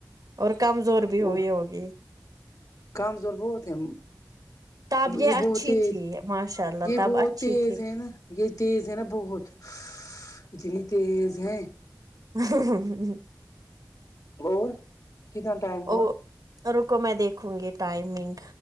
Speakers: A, on the right; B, on the left.
A: اور کمزور بھی
B: وہ
A: ہوئی ہوگی
B: کمزور بہت ہیں
A: تب
B: یہ
A: اچھی
B: بہت تیز
A: تھی ماشاء اللہ
B: یہ
A: تب
B: بہت
A: اچھی
B: تیز
A: تھی
B: ہے نا یہ تیز ہے نا بہت اتنی تیز ہے
A: ہ
B: اور کتنا ٹائم ہوا
A: او رکو میں دیکھوں گی ٹائمنگ